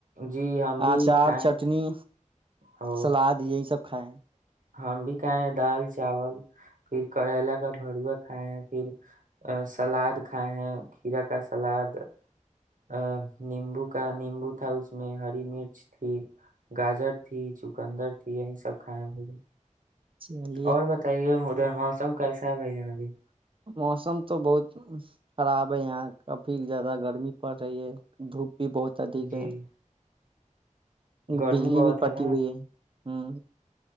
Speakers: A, on the right; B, on the right.
A: جی ہم بھی
B: آچار
A: کھائے
B: چٹنی
A: ہیں، او
B: سلاد یہی سب کائےیں
A: ہم بھی کھائے ہیں دال چاول پھر کریلا کا بروا کھائے ہیں پھر سلاد کھائے ہیں کھیرا کا سلاد ا نیمبو کا نیمبو تھا اس میں ہری مرچ تھی گاجر تھی چکندر تھی یہی سب کھائے ب
B: چلیے
A: اور بتائیے مدھر موسم کیسا ہے بھائی جانا بائی
B: موسم تو بہت خراب ہے یہاں کافی زیادہ گرمی پڑ رہی ہے دھوپ بھی بہت ادھک
A: جی
B: ہے
A: گرمی
B: بجلی
A: بہت
B: بھی کٹی
A: نا
B: ہوئی ہے ہاں